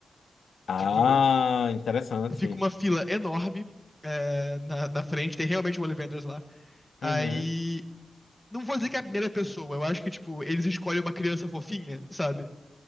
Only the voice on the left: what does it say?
Ah,
interessante.
Uhum.